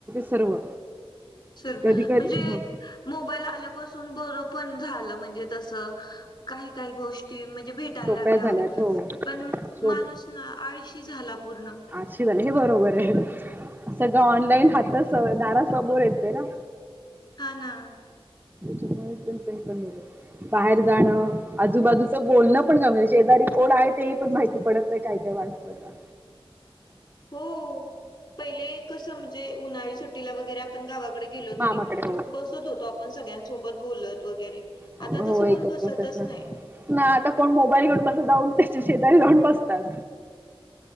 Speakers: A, on the right; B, on the left.
A: सर्व
B: सर् म्हणजे
A: कधी कधी हो
B: मोबाईल आल्यापासून बरं पण झालं म्हणजे तसं. काही काही गोष्टी म्हणजे भेटायला
A: सोप्या
B: लागल्या
A: झाल्यात
B: वगैरे.
A: हो
B: पण
A: शोध
B: माणूस ना आळशी झाला पूर्ण.
A: शे झालं हे बरोबर आहे सगळं ऑनलाईन हात दार समोर येते ना.
B: हा ना.
A: <unintelligible> बाहेर जाणं आजूबाजूच बोलणं पण <unintelligible> शेजारीकोण आहे ते पण माहिती पडतं नाही काय काय पजा
B: हो पहिले कसं म्हणजे उन्हाळी सुट टीला वगैरे आपण गावाकडे गेलो
A: मामाकडे
B: तरी बसत होतो आपण सगळ्यांसोबत बोलत वगैरे
A: हो
B: आता तसं
A: एकत्रच
B: कोण बसतच
A: त्याच
B: नाही.
A: ना आता कोण मोबाईल घेऊन बसत जाऊन त्याच्या शेजारी जाऊन बसतात.